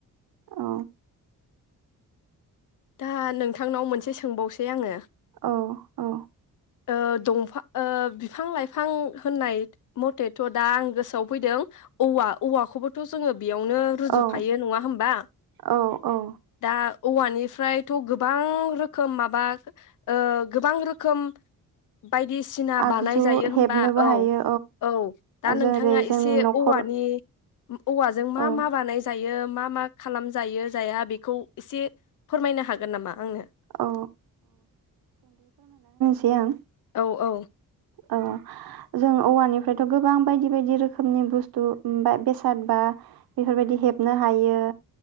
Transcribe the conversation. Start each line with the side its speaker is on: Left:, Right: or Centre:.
Right: औ
Left: दा नोंथांनाव मोनसे सोंबावसै आङो
Right: औ औ।
Left: ओ दंफां ओ बिफां-लाइफां होननाय मथेथ दा आं गोसोआव फैदों औवा औवाखौबोथ जोंङो बेयावनो रुजुफायो
Right: औ
Left: नङा होमबा?
Right: औ औ
Left: दा औवानिफ्रायथ' गोबां रोखोम माबा ओ गोबां रोखोम बायदिसिना बानायजायो
Right: आगजु
Left: होमबा
Right: हेबनोबो
Left: औ
Right: हायो
Left: औ दा
Right: जेरै
Left: नोंथाङा
Right: जोंनि
Left: एसे
Right: न'खर
Left: औवानि औवाजों मा
Right: औ
Left: मा बानाय जायो। यो मा मा खालाम जायो जाया बेखौ एसे फोरमायनो हागोन नामा? आंनो
Right: औ दे आं
Left: औ औ
Right: ओ जों औवानिफ्रायथ गोबां बायदि बायदि रोखोमनि बुस्थु ओम बा बेसाद बा बेफोरबायदि हेबनो हायो।